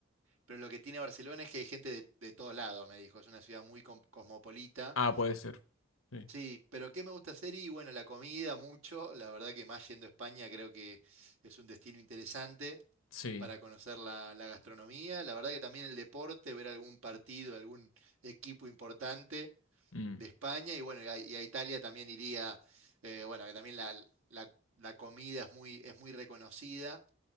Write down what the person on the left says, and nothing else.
Ah, puede ser. Sí.
Sí.
Mm.